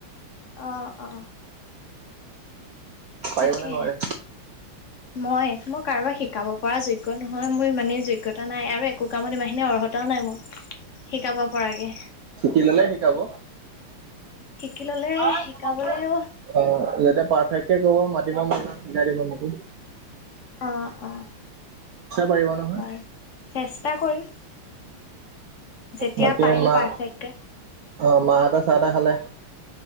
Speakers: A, on the left (about 45°); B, on the right (about 75°).
A: অ অ
B: পাৰিব
A: তাকে
B: নে নোৱাৰে
A: মই মই কাৰোবাৰ শিকাব পৰা যোগ্য় নহয় হয় মই মানে যোগ অভিজ্ঞতা নাই আৰু একো কামত ইমানখিনি অৰ্হতাও নাই মোৰ শিকাব পৰাকে
B: দ লে শিকাব
A: শিকি ললে
B: অ
A: শিকাবলেও
B: যেতিয়া পাৰফেক্টে কব মা গম ম
A: অ অ
B: পাৰিব নহয়
A: বাৰু চেষ্টা কৰিম যেতিয়া
B: বাকী
A: পাৰিম
B: মা,
A: পাৰফেক্টকে
B: অ', মাহঁতে চাহ তাহ খালে?